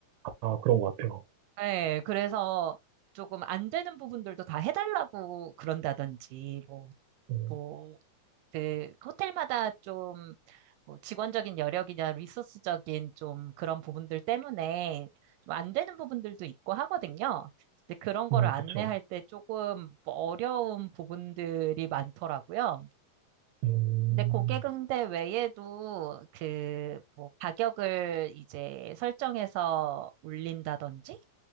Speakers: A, on the right (about 70°); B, on the right (about 80°).
A: 아, 그런 것 같아요.
B: 네 그래서 조금 안 되는 부분들도 다 해달라고 그런다든지, 뭐,
A: 음,
B: 뭐, 그, 호텔마다 좀, 뭐, 직원적인 여력이나 리소스적인 좀 그런 부분들 때문에 좀 안 되는 부분들도 있고 하거든요. 근데 그런 거를
A: 음
B: 안내할
A: 그쵸.
B: 때 조금 어려운 부분들이 많더라고요.
A: 음,
B: 근데 고객응대 외에도 그 뭐 가격을 이제 설정해서 올린다든지